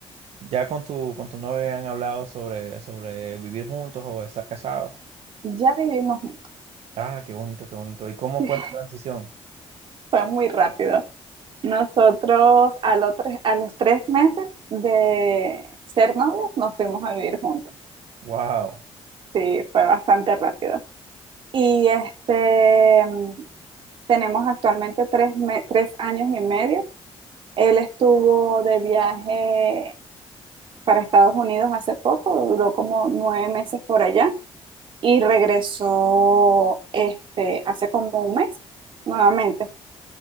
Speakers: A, on the right (about 75°); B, on the right (about 50°).
A: ya con tu, con tu novia han hablado sobre, sobre vivir juntos o estar casados.
B: Ya vivimos juntos.
A: Ah, qué bonito, qué bonito. ¿Y cómo
B: <laughs>
A: fue esa transición?
B: Fue muy rápido. Nosotros a los tres, a los tres meses de ser novios nos fuimos a vivir juntos.
A: Wow,
B: Sí, fue bastante rápido. Y este, tenemos actualmente tres, me- tres años y medio. Él estuvo de viaje para Estados Unidos hace poco, duró como nueve meses por allá y regresó este, hace como un mes nuevamente.